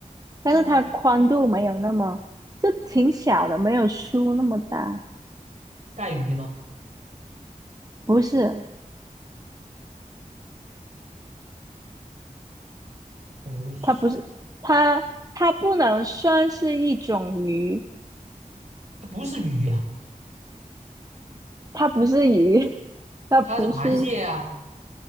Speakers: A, on the right; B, on the right.
A: 但是它宽度没有那么，
B: 嗯，
A: 就挺小的，没有书那么大。
B: 带鱼吗？
A: 不是，
B: 不是，
A: 它不是，它它不能算是一种鱼，
B: 它不是鱼啊，
A: 它不是鱼，<laughs> 它不是，
B: 它是螃蟹啊。